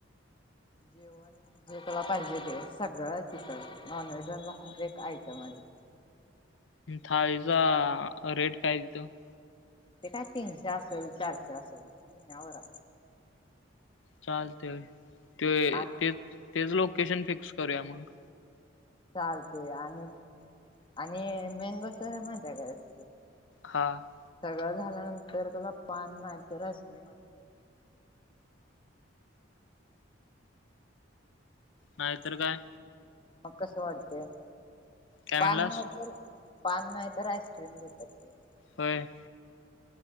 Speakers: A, on the left (about 25°); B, on the left (about 70°).
A: जेवण <unintelligible> जे तुला पाहिजे ते सगळं तिथं नॉनव्हेजला हर एक आयटम आहे तिथं
B: थाळीचा रेट काय तेतो <unintelligible>
A: ते काय तीनशे असल चारशे असल घेण्यावर हाय
B: चालते ते
A: आणि
B: तेच तेच लोकेशन फिक्स करूया मग
A: चालत आणि आणि मेन गोष्ट माहिती्या गस
B: हा <unintelligible>
A: सगळं झाल्यानंतर तला पान नाहीतर आईस्क्रीम आण देत
B: नाहीतर काय
A: मग कसं वाटते
B: काय म्हणलास
A: पान तर पान नाही तर आईस्क्रीम देतात र
B: होय <unintelligible>